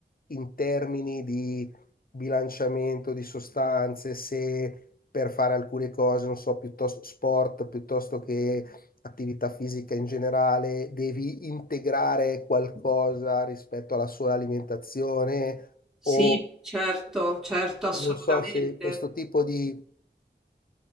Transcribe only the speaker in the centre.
sì,
certo, certo, assolutamente.